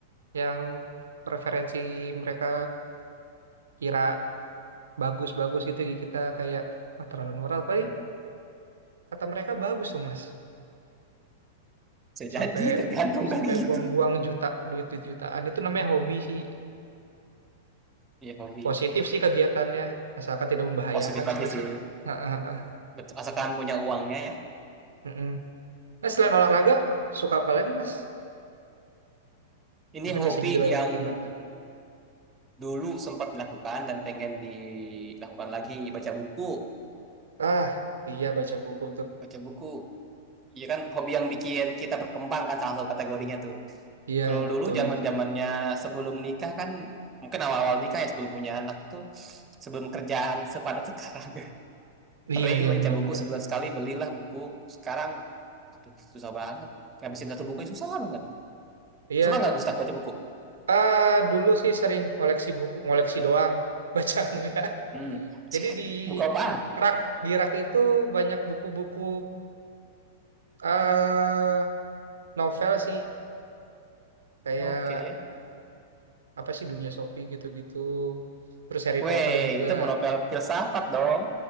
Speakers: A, on the right; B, on the right.
A: yang preferensi mereka kira bagus-bagus gitu kita kayak wah terlalu murah tapi kata mereka bagus loh mas
B: Bisa
A: sampai
B: jadi <laughs> tergantung kali
A: sampai
B: gitu.
A: buang-buang juta duit duit jutaan itu namanya hobi sih
B: Iya hobi.
A: positif sih kegiatannya asalkan tidak membahayakan
B: Positif
A: sih
B: aja
A: mas
B: sih.
A: ya Ha, ha, ha.
B: Betul. Asalkan punya uangnya ya.
A: Mm-mm. Nah selain olahraga suka apa lagi mas
B: Ini
A: mungkin
B: hobi
A: bisa jadi bahan
B: yang
A: pertimbangan
B: dulu sempat dilakukan dan pengen dilakukan lagi baca buku
A: ah Iya baca buku tuh.
B: Baca buku, iya kan hobi yang bikin kita berkembang kan salah satu kategorinya tuh.
A: Iya,
B: Kalau
A: betul.
B: dulu zaman zamannya sebelum nikah kan, mungkin awal-awal nikah ya sebelum punya anak itu, sebelum kerjaan sepadat sekarang. <laughs> Sering
A: Iya, iya
B: baca
A: benar-benar.
B: buku sebulan sekali, belilah buku. Sekarang, aduh susah banget. Ngabisin satu buku ya susah banget.
A: Iya,
B: Suka nggak Gustaf baca buku?
A: ah dulu sih sering ngoleksi buku, ngoleksi doang, <laughs> baca enggak.
B: Hmm.
A: Jadi di
B: Buku apaan?
A: rak di rak itu banyak buku-buku eh novel sih, kayak
B: Oke.
A: apa sih Dunia Sophie gitu-gitu. Terus Harry
B: Weh,
A: Potter juga.
B: itu mau novel filsafat dong.